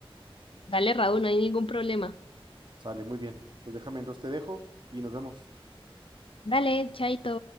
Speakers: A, on the left (about 65°); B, on the right (about 50°).
A: Dale, Raúl, no hay ningún problema.
B: Sale, muy bien. Pues déjame, entonces te dejo y nos vemos.
A: Dale, chaito.